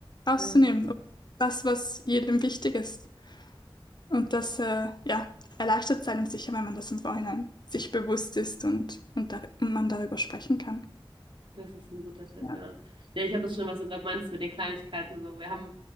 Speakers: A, on the left (about 50°); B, on the right (about 65°).
A: rauszunehmen.
B: Ja.
A: Das, was jedem wichtig ist. Und das, äh, ja, erleichtert es einem sicher, wenn man das im Vorhinein sich bewusst ist und, und, dar und man darüber sprechen kann.
B: Das ist ein guter Tipp,
A: Ja,
B: ja. Ja, ich habe das schon, was du gerade meinst mit den Kleinigkeiten so. Wir haben,